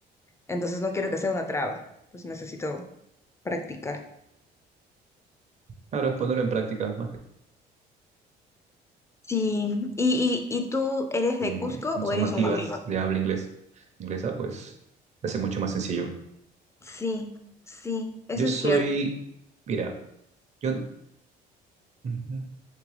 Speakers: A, on the left; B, on the right.
A: entonces no quiero que sea una traba, pues necesito practicar.
B: Claro, es ponerlo en práctica, más que
A: Sí, ¿Y, y, y tú eres
B: con,
A: de Cusco o
B: son
A: eres
B: nativas
A: de Somos Lima?
B: de habla inglés, inglesa, pues se hace mucho más sencillo.
A: Sí, sí, eso
B: Yo
A: es
B: soy,
A: cierto.
B: mira, yo, Ujú.